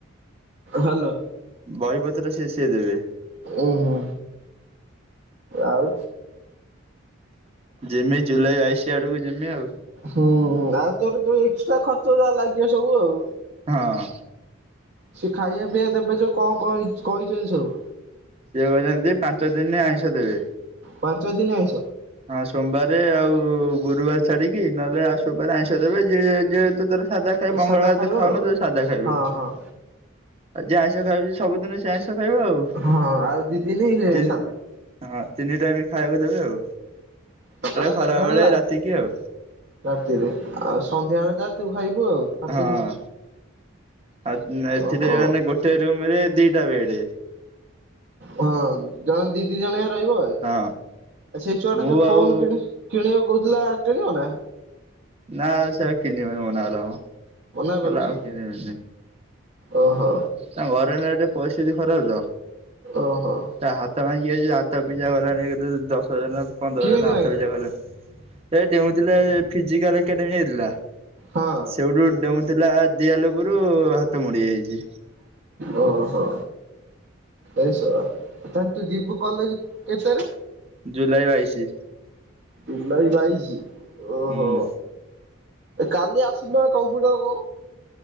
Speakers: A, on the right; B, on the right.
A: ହଲୋ।
B: ବଇ ପତ୍ର ଯ ସେ ସବୁ ସେଇ ଦେବେ।
A: ଓ ହୋ। ଆଉ।
B: ଯିମି ଜୁଲାଇ ବାଇଶି ଆଡକୁ ଯିମି ଆଉ।
A: ହୁଁଁ ହୁଁ। ଆଉ ତୋର ଯଉ ଏକ୍ସଟ୍ରା ଖର୍ଚ ଯାହା ଲାଗିବ ସବୁ ଆଉ
B: ହଁ।
A: ସେ ଖାଇବା ପିଇବା ଦେବେ ଯଉ କଣ କହିଛନ୍ତି ସବୁ।
B: ସେଏ କଛନ୍ତି ପାଞ୍ଚ ଦିନରେ ଆଇଁଷ ଦେବେ।
A: ପାଞ୍ଚ ଦିନ ଆଇଁଷ
B: ହଁ ସୋମବାରେ ଆଉ ଗୁରୁବାର ଛାଡ଼ିକି ନହେଲେ ଆଉ ସୋବାରେ ଆଇଁଷ ଦେବେ ଯିଏ ଯେହେତୁ ତାର ସାଧା ଖାଇବ ମଙ୍ଗଳବାର
A: ସାଧା ଖାଇବ
B: ତ ଖାଉନ
A: ଆଉ।
B: ଯୋ ସାଧା ଖାଇବୁ।
A: ହଁ ହଁ
B: ଆ ଆଇଁସ ଖାଉଛି ସବୁଦିନ। ଖାଇବ ଆଉ
A: ହଁ ଆଉ ଦିଦିନି
B: ତିନି
A: ସାଧା।
B: ହଁ ତିନି ଟାଇମ୍ ଖାଇବାକୁ ଦେବେ ଆଉ।
A: ସକାଳେ
B: ଖରାବେଳେ
A: ଗାଧଳେ ରା
B: ରାତିକି ଆଉ
A: ରାତିରେ ଆଉ ସନ୍ଧ୍ୟା ବେଳେ ଯା ତୁ ଖାଇବୁ ଆଉ। ହାତରୁ।
B: ହଁ। ଆଉ ଏଥିରେ
A: ଓହୋ
B: ମାନେ ଗୋଟେ ରୁମରେ ଦି କେତିଟା ବେଡ।
A: ହଁ ଜଣେ ଦିଦି ଜଣଆ ରହିବ ଆଉ
B: ହଁ।
A: ସେଇ ଛୁଆ
B: ମୁଁ
A: ଟା ଯୋଉ
B: ଆଉ
A: ଫୋନ କି କିଣିବାକୁ କହୁଥିଲା। କିଣିବ ନାଁ?
B: ନା ସେ ଆଉ କିଣିବନି ମନା କଲାମ। କହିଲା
A: ମନା କରୁଛି
B: ଆଉ କିଣିବିନି।
A: ଓହୋ।
B: ତାଙ୍କ ଘରେ ଏଇନା ଟିକେ ପରିସ୍ଥିତି ଖରାପ ତ।
A: ଓହୋ
B: ତା ହାତ ଭାଙ୍ଗିଯାଇ ଇ ଆ ତା ପିଜା ଗଲାଣି ଦଶ ଛଅ ହଜାର ନା ପନ୍ଦର
A: କେମିତି
B: ହଜାର ହାତ
A: ଭାଙ୍ଗିଲା
B: ପିଛା ଗଲା ଏ ଡେଉଁଥିଲେ ଫିଜିକାଲ୍। କେବେ ହେଇଥିଲା।
A: ହଁ।
B: ସେଉଠୁ ଡେଉଁ ଥିଲା। ଦିଆଲୁ ପୁର ହାତ ମୋଡି ଯାଇଛି
A: ଓହୋ। ଏ ଶଳା ତାନ୍ ତୁ ଯିବୁ କଲେଜ କେତେରେ?
B: ଜୁଲାଇ ବାଇଶି।
A: ଜୁଲାଇ ବାଇଶି। ଓହୋ।
B: ହୁଁ।
A: କାଲି ଆସିଲ କମ୍ପୁଟର କଣ?